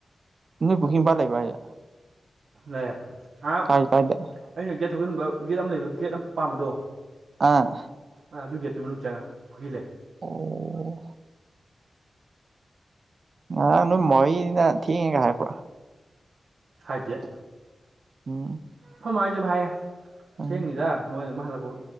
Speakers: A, on the right; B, on the right.
A: ꯅꯣꯏ ꯄꯨꯈꯤ ꯃꯄꯥꯟ ꯂꯩꯕ‍꯭ꯔꯣ ꯍꯥꯏꯖꯦ
B: ꯂꯩꯌꯦ ꯑꯥꯝ
A: ꯀꯥꯏ ꯀꯥꯏꯗ
B: ꯑꯩꯅ ꯒꯦꯠ ꯊꯧꯖꯤꯟꯕ ꯒꯦꯠ ꯑꯃ ꯂꯩꯕ ꯒꯦꯠ ꯑꯃ ꯄꯥꯝꯕꯗꯣ
A: ꯑꯥ
B: ꯑ ꯑꯗꯨ ꯒꯦꯠꯇꯨ ꯃꯅꯨꯡ ꯆꯪꯉ ꯄꯨꯈꯤ ꯂꯩ
A: ꯑꯣ ꯉꯔꯥꯡ ꯅꯣꯏ ꯃꯥꯎꯏꯅ ꯊꯦꯡꯉꯦꯒ ꯍꯥꯏꯔꯛꯄ꯭ꯔꯥ
B: ꯍꯥꯏꯗꯦ
A: ꯎꯝ
B: ꯈꯣꯏ ꯃꯥꯍꯣꯏꯅ ꯑꯗꯨꯝ ꯍꯥꯏꯌꯦ
A: ꯎꯝ
B: ꯊꯦꯡꯅꯤꯗ ꯃꯣꯏ ꯑꯗꯨꯝ ꯍꯜꯂꯛꯄ